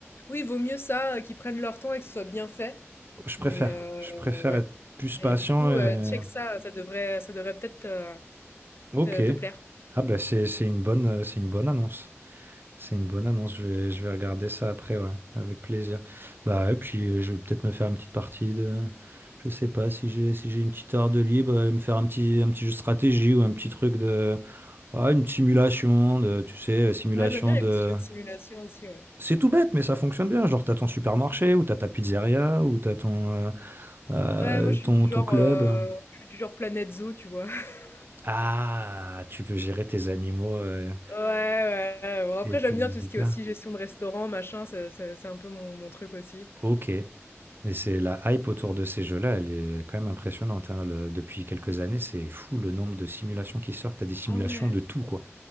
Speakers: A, on the left; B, on the right.
A: Oui, vaut mieux ça, heu, qu'ils prennent leur temps et que ce soit bien fait,
B: Je préfère.
A: mais, heu,
B: Je préfère
A: ouais.
B: être plus
A: Et
B: patient
A: du coup,
B: et...
A: heu, check ça, ça devrait ça devrait peut-être te
B: Ok.
A: te te plaire.
B: Ah bah c'est c'est une bonne euh, c'est une bonne annonce. C'est une bonne annonce. Je vais, je vais regarder ça après, ouais, avec plaisir. Bah et puis euh, je vais peut-être me faire une petite partie de. Je sais pas si j'ai si j'ai une petite heure de libre, euh, me faire un petit un petit jeu de stratégie ou un petit truc de. Ah, une simulation de, tu sais, simulation
A: Ouais, j'aime bien les
B: de.
A: petits jeux de simulation aussi, ouais.
B: C'est tout bête, mais ça fonctionne bien. Genre, t'as ton supermarché, ou t'as ta pizzeria, ou t'as ton, euh, euh,
A: Ouais, moi je
B: ton,
A: suis du genre,
B: ton club.
A: heu, je suis du genre Planet Zoo, tu vois? <laughs>
B: Ah, tu veux gérer tes animaux euh,
A: Ouais, ouais, bon après
B: et
A: j'aime
B: tes visiteurs.
A: bien tout ce qui est aussi gestion de restaurant, machin, ça c'est c'est un peu mon mon truc aussi.
B: Ok. Mais c'est la hype autour de ces jeux-là, elle est quand même impressionnante. hein. Le- depuis quelques années, c'est fou le nombre de simulations qui sortent. T'as des simulations
A: Ah ouais,
B: de tout, quoi.